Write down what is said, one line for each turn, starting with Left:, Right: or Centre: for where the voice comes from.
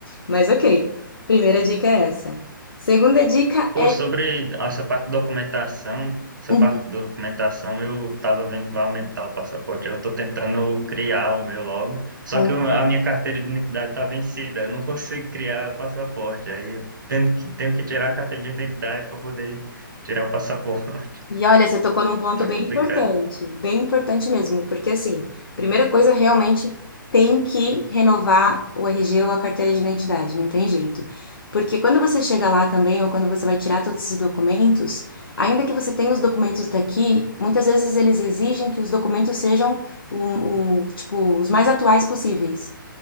Left: Mas ok, primeira dica é essa. Segunda dica
Right: Pô, sobre essa parte de documentação, essa
Left: é
Right: parte de documentação eu tava vendo que vai aumentar o passaporte. Eu tô tentando criar o meu logo, só
Left: Hum.
Right: que a minha carteira de identidade tá vencida, eu não consigo criar o passaporte. Aí eu tenho que, tenho que tirar a carteira de identidade para poder tirar o passaporte. <laughs>
Left: E olha, você tocou num ponto
Right: Tá
Left: bem
Right: complicado.
Left: importante, bem importante mesmo, porque assim, primeira coisa, realmente tem que renovar o RG ou a carteira de identidade, não tem jeito. Porque quando você chega lá também, ou quando você vai tirar todos esses documentos, ainda que você tenha os documentos daqui, muitas vezes eles exigem que os documentos sejam o, o- tipo, os mais atuais possíveis.